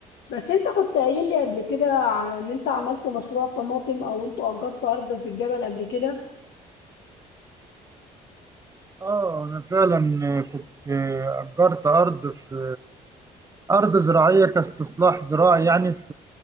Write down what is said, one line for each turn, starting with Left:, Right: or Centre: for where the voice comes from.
Left: بس انت كنت قايل لي قبل كده على ان انت عملت مشروع طماطم او انتوا اجرتوا ارض في الجبل قبل كده
Right: اه انا فعلا كنت اجرت ارض في ارض زراعيه كاستصلاح زراعي يعني في